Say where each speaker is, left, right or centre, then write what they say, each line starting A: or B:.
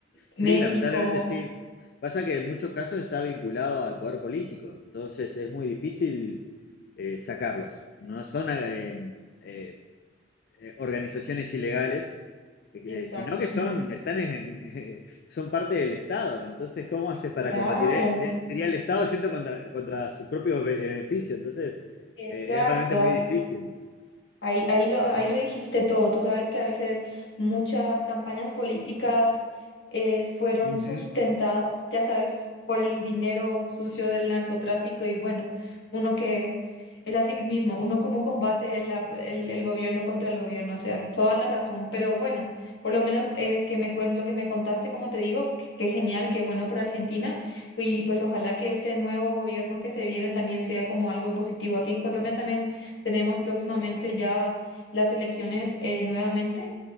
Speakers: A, on the left; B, on the left.
A: Sí,
B: México.
A: lamentablemente sí. Pasa que en muchos casos está vinculado al poder político, entonces es muy difícil eh, sacarlos. No son eh, eh, eh, organizaciones ilegales, eh,
B: Exacto,
A: sino que son, están en- <laughs> son parte del Estado. Entonces, ¿cómo haces para
B: claro,
A: combatir? Eh, eh, sería el Estado yendo contra, contra sus propios beneficios. Entonces,
B: exacto.
A: eh, es realmente muy difícil.
B: Ahí, ahí lo, ahí lo dijiste todo. Tú sabes que a veces muchas campañas políticas eh, fueron
A: Ujú.
B: sustentadas, ya sabes, por el dinero sucio del narcotráfico y bueno, uno que es así mismo, uno cómo combate la- el, el gobierno contra el gobierno, o sea, toda la razón. Pero bueno, por lo menos eh, que me cuen- lo que me contaste, como te digo, qué qué genial, qué bueno por Argentina y pues ojalá que este nuevo gobierno que se viene también sea como algo positivo. Aquí en Colombia también. Tenemos próximamente ya las elecciones eh, nuevamente.